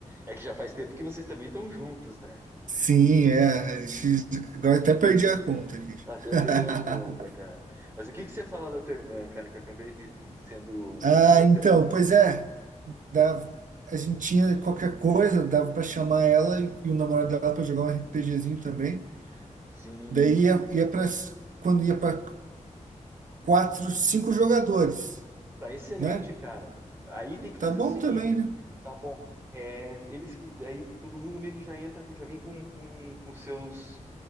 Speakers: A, on the right (about 20°); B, on the right (about 85°).
A: É que já faz tempo que vocês também estão juntos, né?
B: Sim, é. a gente- Agora até
A: <laughs>
B: perdi a conta aqui.
A: Até
B: <laughs>
A: perdeu a conta, cara. Mas o que que você ia falar da tua irmã, cara? Que eu acabei sendo
B: Ah,
A: me cortando
B: então,
A: você.
B: pois é. Dava, a gente tinha qualquer coisa, dava pra chamar ela e o namorado dela pra jogar um RPGzinho também.
A: Sim,
B: Daí ia, ia para quando ia para quatro, cinco jogadores,
A: tá excelente,
B: né?
A: cara. Aí tem que fazer
B: Tá bom
A: o seguinte,
B: também, né?
A: tá bom? É, eles que aí todo mundo meio que já entra, já vem com com, com seus